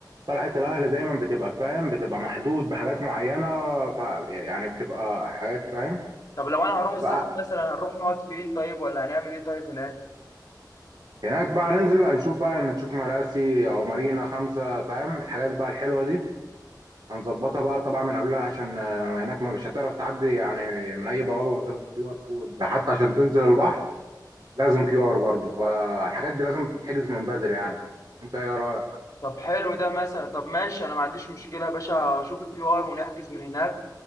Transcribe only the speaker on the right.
طلعت الاهل دايما بتبقى فاهم بتبقى محدود بحاجات معينه ف يعني بتبقى حاجات فاهم
بتبقى
هناك بقى ننزل هنشوف بقى نشوف مراسي او مارينا خمسه فاهم الحاجات بقى الحلوه دي هنظبطها بقى طبعا من قبلها عشان آه، هناك ما مش هتعرف تعدي يعني من اي بوابه من غير كيو ار كود حتى عشان تنزل البحر لازم كيو ار برضه فالحاجات دي لازم تتحجز من بدري يعني انت ايه رايك